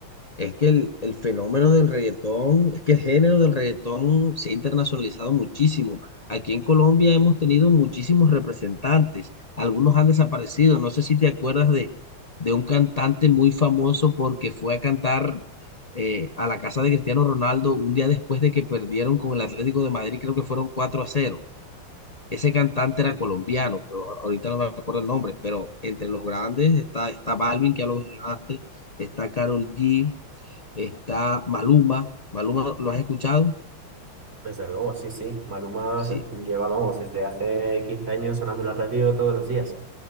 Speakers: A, on the left; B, on the right.
A: Es que el, el fenómeno del reggaetón, es que el género del reggaetón se ha internacionalizado muchísimo. Aquí en Colombia hemos tenido muchísimos representantes, algunos han desaparecido. No sé si te acuerdas de, de un cantante muy famoso porque fue a cantar eh, a la casa de Cristiano Ronaldo un día después de que perdieron con el Atlético de Madrid, creo que fueron cuatro a cero Ese cantante era colombiano, pero ahorita no me acuerdo el nombre, pero entre los grandes está, está Balvin, que ya lo mencionaste, está Karol G está Maluma. ¿Maluma lo has escuchado?
B: Desde luego, sí, sí. Maluma
A: Sí,
B: se- lleva, vamos, desde hace 15 años sonando en la radio todos los días.